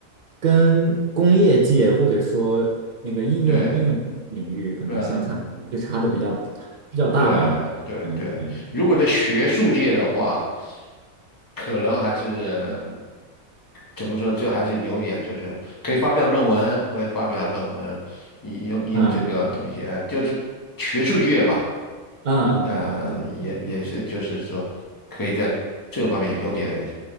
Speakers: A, on the right (about 55°); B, on the left (about 15°).
A: 跟工业界或者说那个应用应用领域可能相差就差的比较
B: 对，嗯，
A: 比较大吧。
B: 对对对，
A: 嗯，对，
B: 如果在学术界的话，可能还是怎么说，这还是有点就是可以发表论文，我也发表论文，你用你用这个东西，
A: 嗯
B: 哎，就是学术界吧。
A: 嗯嗯嗯嗯，
B: 呃，
A: 对对对，
B: 也也是，就是说，可以在这方面有点